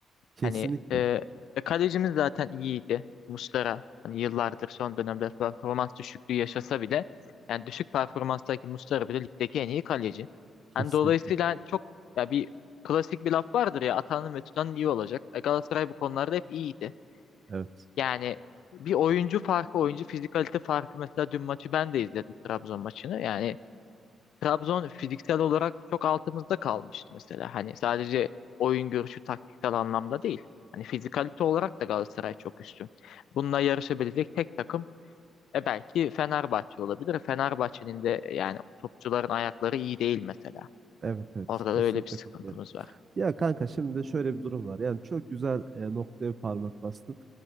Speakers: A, on the right; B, on the left.
A: kesinlikle.
B: Hani e, e, kalecimiz zaten iyiydi. Muslera hani yıllardır son dönemde performans düşüklüğü yaşasa bile yani düşük performanstaki Muslera bile ligdeki en iyi kaleci.
A: Kesinlikle.
B: Hani dolayısıyla çok ya bir klasik bir laf vardır ya atanın ve tutanın iyi olacak. E, Galatasaray bu konularda hep iyiydi.
A: Evet.
B: Yani bir oyuncu farkı, oyuncu fizikalite farkı mesela dün maçı ben de izledim Trabzon maçını. Yani Trabzon fiziksel olarak çok altımızda kalmıştı mesela. Hani sadece oyun görüşü taktiksel anlamda değil. Hani fizikalite olarak da Galatasaray çok üstün. Bununla yarışabilecek tek takım e belki Fenerbahçe olabilir. Fenerbahçe'nin de e, yani topçuların ayakları iyi değil mesela.
A: Evet evet
B: Orada
A: kesinlikle
B: da öyle bir sıkıntımız
A: katılıyorum.
B: var.
A: Ya kanka şimdi şöyle bir durum var. Yani çok güzel e, noktaya parmak bastın.